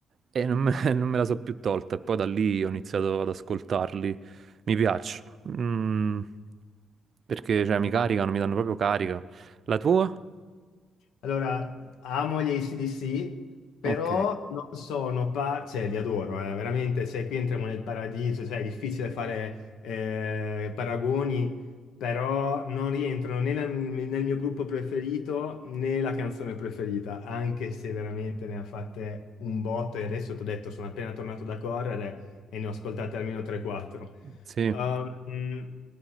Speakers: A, on the right (about 55°); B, on the left (about 80°).
A: eh, e non me, <laughs> non me la so più tolta. E poi da lì ho iniziato ad ascoltarli. Mi piace. Mm, perché cioè, mi caricano, mi danno proprio carica. La tua?
B: Allora, amo gli AC/DC, però
A: Ok,
B: non sono par- cioè li adoro, eh, veramente, cioè qui entriamo nel paradiso, cioè è difficile fare eh, paragoni, però non rientrano né nel, nel mio gruppo preferito né la canzone preferita, anche se veramente ne ha fatte un botto e adesso ti ho detto, sono appena tornato da correre e ne ho ascoltate almeno 3-4.
A: sì,
B: Um,